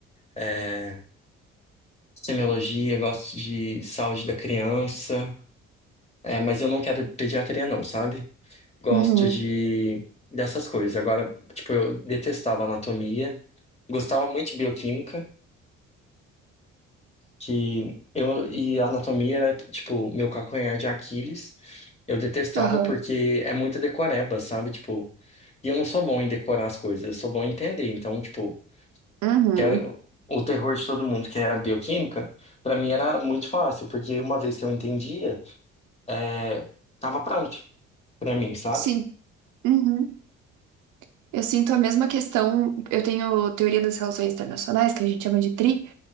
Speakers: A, on the left; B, on the right.
A: é, semiologia, gosto de saúde da criança, é, mas eu não quero pediatria não, sabe? Gosto
B: Uhum.
A: de dessas coisas. Agora, tipo, eu detestava anatomia, gostava muito de bioquímica, que eu e a anatomia era tipo meu calcanhar de Aquiles. Eu detestava
B: Aham.
A: porque é muita decoreba, sabe? Tipo, e eu não sou bom em decorar as coisas, eu sou bom em entender. Então, tipo,
B: Uhum.
A: que era o terror de todo mundo, que era a bioquímica, pra mim era muito fácil, porque uma vez que eu entendia, é, tava pronto pra mim, sabe?
B: Sim. Uhum. Eu sinto a mesma questão. Eu tenho teoria das relações internacionais, que a gente chama de TRI,